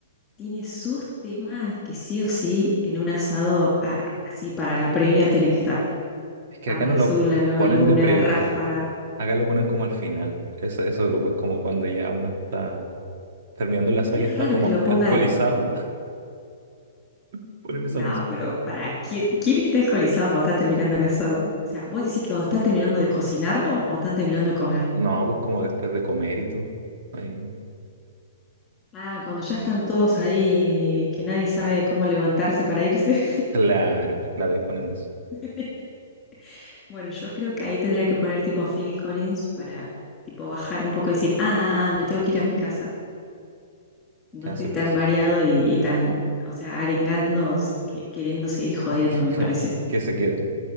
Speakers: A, on the left; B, on the right.
A: tiene sus temas que sí o sí en un asado a- así para la previa tiene que estar.
B: es que
A: Amar
B: acá no
A: Azul,
B: lo
A: La Nueva
B: ponen
A: Luna,
B: de previa.
A: Ráfaga.
B: ¿no? Acá lo ponen como al final. Ese, ese grupo es como cuando ya uno está terminando la saga
A: Pero es
B: y está
A: raro
B: como
A: que lo pongan.
B: alcoholizado. <laughs> Ponen esa
A: No,
B: música.
A: pero para, ¿quién, quién está alcoholizado cuando está terminando el asado? O sea, vos decís que cuando está terminando de cocinarlo o cuando están terminando de comer.
B: No, pues como después de comer y todo. Ahí.
A: Ah, cuando ya están todos ahí, que nadie sabe cómo levantarse para irse.
B: Claro, claro, ahí ponen eso.
A: <laughs> Bueno, yo creo que ahí tendría que poner tipo Phil Collins para tipo bajar un poco y decir, ah, ah, ah, me tengo que ir a mi casa. No
B: Ya
A: estoy
B: sí puede
A: tan
B: ser.
A: mareado y, y tan, o sea, arengando, que- queriendo seguir jodiendo,
B: <laughs>
A: me parece.
B: Que se queden.